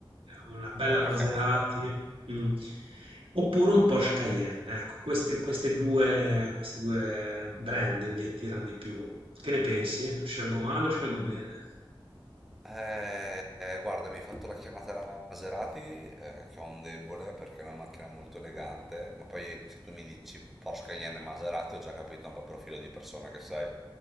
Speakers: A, on the right; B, in the centre.
A: una bella
B: bella
A: Maserati,
B: chiamata.
A: mh, oppure un Porsche Cayenne. Ecco, queste queste 2 queste 2 brand mi attirano di più. Che ne pensi? Scelgo male o scelgo bene?
B: Eh, eh, guarda, mi hai fatto la chiamata alla Maserati, eh, che ho un debole perché è una macchina molto elegante, ma poi se tu mi dici Porsche Cayenne e Maserati ho già capito un po' il profilo di persona che sei.